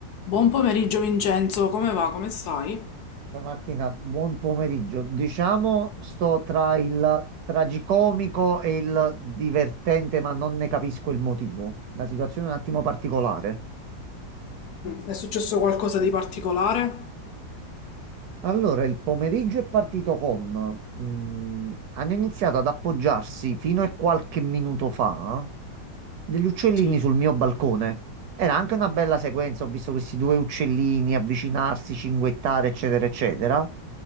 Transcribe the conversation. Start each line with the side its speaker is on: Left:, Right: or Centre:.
Left: Buon pomeriggio Vincenzo, come va? Come stai?
Right: Ciao Martina, buon pomeriggio. Diciamo, sto tra il tragicomico e il divertente, ma non ne capisco il motivo. La situazione è un attimo particolare.
Left: È successo qualcosa di particolare?
Right: Allora, il pomeriggio è partito con... mm, hanno iniziato ad appoggiarsi fino a qualche minuto fa degli uccellini
Left: Sì.
Right: sul mio balcone. Era anche una bella sequenza, ho visto questi due uccellini avvicinarsi, cinguettare, eccetera, eccetera.